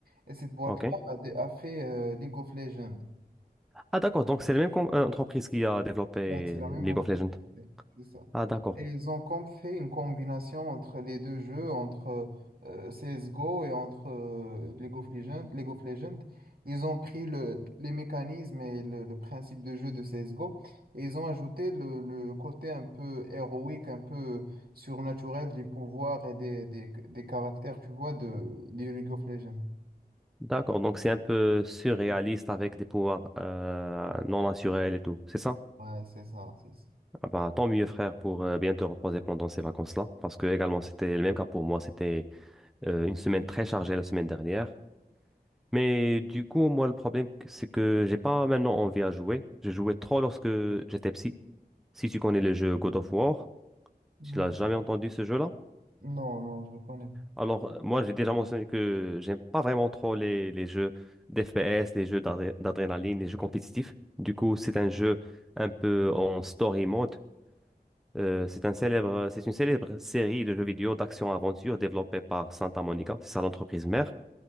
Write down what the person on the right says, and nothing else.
et cette boîte-là
a, dé- a fait euh, League of Legends.
Ouais, c'est la même
entreprise,
c'est c'est ça.
Et ils ont com- fait une combinaison entre les deux jeux, entre euh, CSGO et entre euh, League of Legends, League of Legends. Ils ont pris le, les mécanismes et le, le principe de jeu de CSGO et ils ont ajouté le, le côté un peu héroïque, un peu surnaturel des pouvoirs et des, des, des caractères, tu vois, de, de League of Legends.
Ouais, c'est ça, c'est ça.
Mm.
Non, non, je ne connais pas.